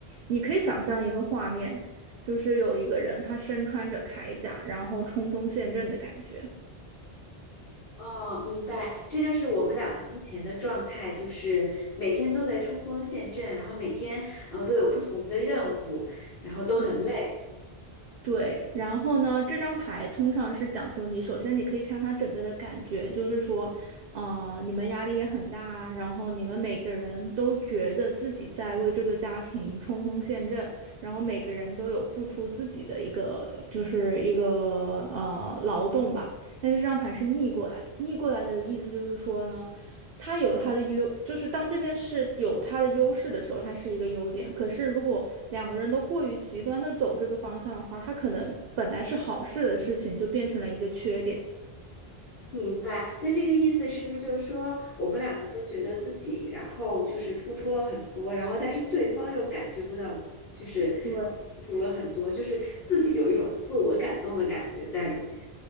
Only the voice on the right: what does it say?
你可以想象一个画面，就是有一个人他身穿着铠甲，然后冲锋陷阵的感觉。
对对，然后呢，这张牌通常是讲说你，首先你可以看它整个的感觉，就是说，呃，你们压力也很大，然后你们每个人都觉得自己在为这个家庭冲锋陷阵，然后每个人都有付出自己的一个，就是一个呃劳动吧。但是这张牌是逆过来的，逆过来的意思就是说呢。它有它的优，就是当这件事有它的优势的时候，它是一个优点。可是如果两个人都过于极端的走这个方向的话，它可能本来是好事的事情，就变成了一个缺点。
对，